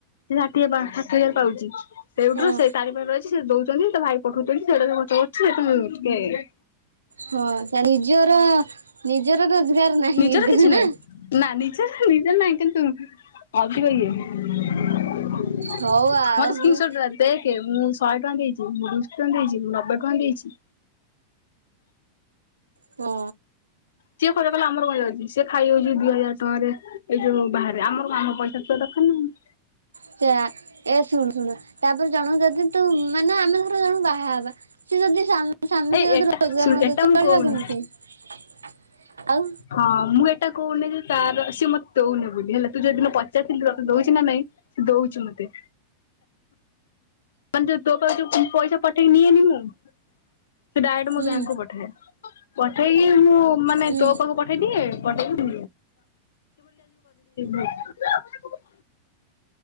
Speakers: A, on the left; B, on the right.
A: ସିଏ ଷାଠିଏ ବାଷାଠିଏଜାର ପାଉଚି। ସେଇଠୁରୁ
B: ହଁ
A: ସେଇ ତାରି ପାଖରେ ରହିଚି ସେ ଦଉଚନ୍ତି ତା ଭାଇ ପଠଉଛନ୍ତି ସେଉଡ଼ା ସବୁ ଖର୍ଚ୍ଚ କରୁଚି ଏଟା କେ
B: ହଁ ତା ନିଜର ନିଜର ରୋଜଗାର ନାହିଁ
A: ନିଜର
B: କିନ୍ତୁ
A: କିଛି ନାହିଁ
B: ନା।
A: ନା ନିଜ ନିଜର ନାଇଁ କିନ୍ତୁ ଅଧିକ ଇଏ ମତେ ସ୍କ୍ରିନ୍
B: ହଉ ଆଉ
A: ସଟ୍ ଦେ ଦେଖେ ମୁଁ ସହେଟଙ୍କା ଦେଇଚି ମୁଁ ଦୁଇଶହ ଟଙ୍କା ଦେଇଚି ମୁଁ ନବେ ଟ କଣ ଦେଇଚି
B: କା।
A: ସିଏ ଖର୍ଚ କଲେ ଆମର କଣ ଯାଉଛି ସିଏ ଖାଇ ଯାଉଛି ଦି ହଜାର ଟଙ୍କାରେ ଏଇ ଯୋଉ ବାହାରେ ଆମର କଁ ଆମର ପଇସା ଥିବା ଦରକାର ନା ଆଉ।
B: ସେୟା ଏ ଶୁଣୁ ଶୁଣୁ ତାପରେ ଜଣୁକୁ ଯଦି ତୁ ମାନେ ଆମେ ଧର ଜଣୁକୁ ବାହା ହବା। ସିଏ ଯଦି ସ୍ବାମି ସ୍ଵାମି
A: ଏଇ
B: ସିଏ ଯଦି
A: ଏଟା
B: ରୋଜଗାର
A: ଶୁଣୁ
B: ନ
A: ଏଟା
B: ଦଉଚି
A: ମୁଁ
B: ଚଳିବା
A: କହୁନି
B: କେମିତି ଆଉ।
A: ହଁ ମୁଁ ଏଟା କହୁନି ଯେ ତାର ସିଏ ମତେ ଦଉନି ବୋଲି ହେଲା ତୁ ଯୋଉଦିନ ପଚାରିଥିଲୁ ତତେ ଦଉଛି ନା ନାଇଁ। ସିଏ ଦଉଛିୁ ମତେ। ମାନେ ଯୋଉ ତୋ ପାଖକୁ ଯୋଉ ପଇସା ପଠେଇକି ନିଏନି ମୁଁ ସେ ଡାଇରେକ୍ଟ
B: ହୁଁ
A: ମୋ ବ୍ୟାଙ୍କକୁ ପଠାଏ। ପଠେଇକି ମୁଁ ମାନେ
B: ହୁଁ
A: ତୋ ପାଖକୁ ପଠେ ପଠେଇ ଦିଏ ପଠେଇ କି <inaudible>